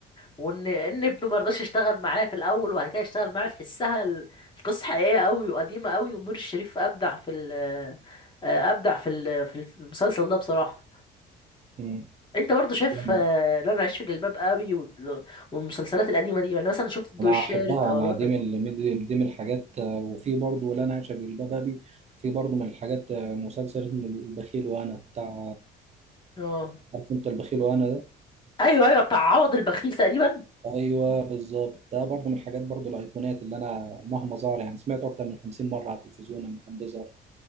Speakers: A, on the left; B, on the right.
A: وان ان ابنه ما رضاش يشتغل معاه في الاول وبعد كده يشتغل معاه تحسها ال- القصه حقيقيه قوي وقديمه قوي ونور الشريف ابدع في ال آه، ابدع في ال- في الف- المسلسل ده بصراحه
B: مم.
A: انت برضو شايف
B: جامد.
A: آه، لا انا عايش في جلباب ابي وال- والمسلسلات القديمه دي يعني مثلا شفت الضوء
B: أنا
A: الشارد
B: أحبها
A: او
B: أنا
A: الوتد
B: دي من ال- دي من الحاجات آه، وفي برضه لا أنا عايشة في جلباب أبي في برضه من الحاجات آه، مسلسل اسمه البخيل وأنا بتاع
A: اه
B: عارف أنت البخيل وأنا ده
A: ايوه ايوه بتاع عوض البخيل تقريبا
B: أيوه بالظبط ده برضه من الحاجات برضه الأيقونات اللي أنا مهما ظهر يعني سمعته أكتر من 50 مرة على التلفزيون لما كان بيظهر